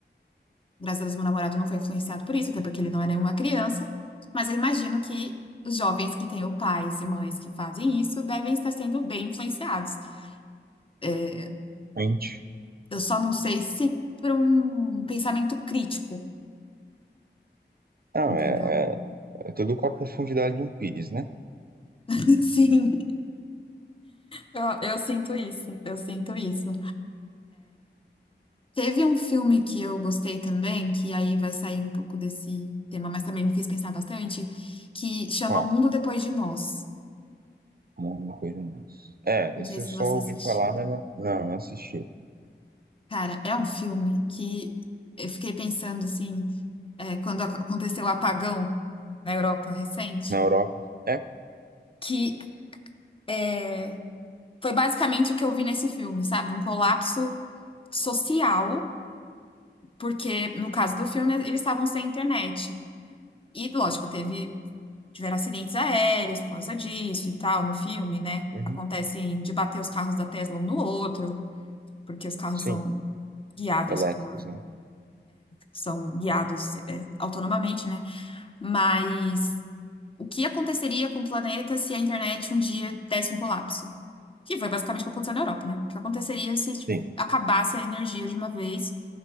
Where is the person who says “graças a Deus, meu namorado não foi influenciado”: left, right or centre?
Left